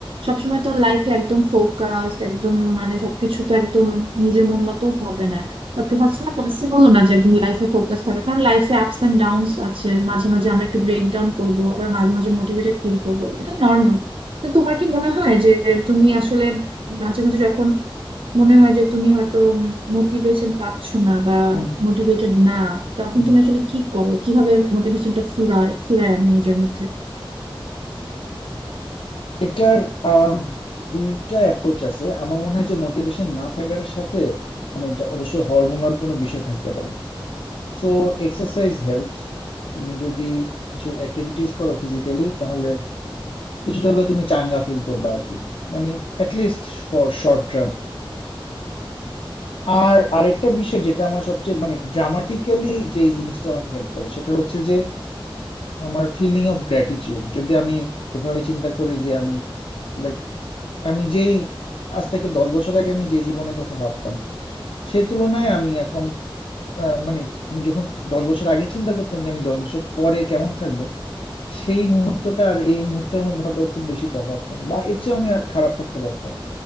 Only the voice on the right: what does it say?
সবসময় তো লাইফে একদম ফোকাসড একদম মানে সবকিছু তো একদম নিজের মন মতো হবে না বা তোমার সময় পসিবল না যে একদম লাইফে ফোকাস থাকে কারণ লাইফে আপস এন্ড ডাউনস আছে মাঝে মাঝে আমরা একটু ব্রেক ডাউন করবো আবার মাঝে মাঝে মোটিভেটেড ফিল করবো এটা নর্মাল তো তোমার কি মনে হয় যে তুমি আসলে মাঝে মাঝে যখন মনে হয় যে তুমি হয়তো মোটিভেশন পাচ্ছ না বা
মোটিভেটেড না তখন
তুমি আসলে কি করো কিভাবে মোটিভেশনটা ফিরায় ফিরায় আনো নিজের মধ্যে